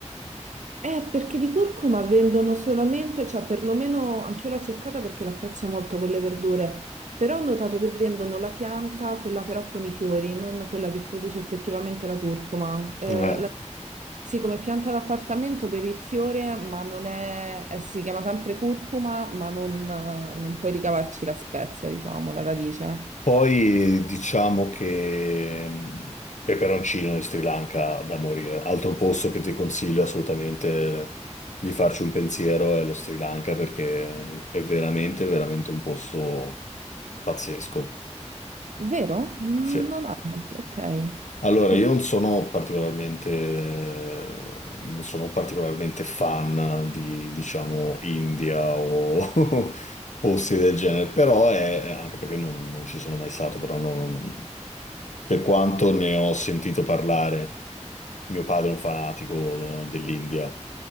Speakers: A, on the right (about 75°); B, on the left (about 75°).
A: Eh, perché di curcuma vendono solamente, cioè perlomeno anch'io l'ho cercata perché l'apprezzo molto con le verdure, però ho notato che vendono la pianta, quella però con i fiori, non quella che produce effettivamente la curcuma. Eh,
B: Eh,
A: la- sì, come pianta d'appartamento per il fiore, ma non è, eh, si chiama sempre curcuma, ma non, non puoi ricavarci la spezia, diciamo, la radice.
B: Poi diciamo che mh, peperoncino in Sri Lanka da morire. Altro posto che ti consiglio assolutamente di farci un pensiero è lo Sri Lanka perché è veramente, veramente un posto pazzesco.
A: Vero? Mm,
B: Sì.
A: Non ha molto, ok.
B: Allora,
A: Perché
B: io non sono particolarmente, non sono particolarmente fan di, diciamo, India o <laughs> posti del genere, però è, anche perché non, non ci sono mai stato, però non, Per quanto ne ho sentito parlare, mio padre è un fanatico eh, dell'India,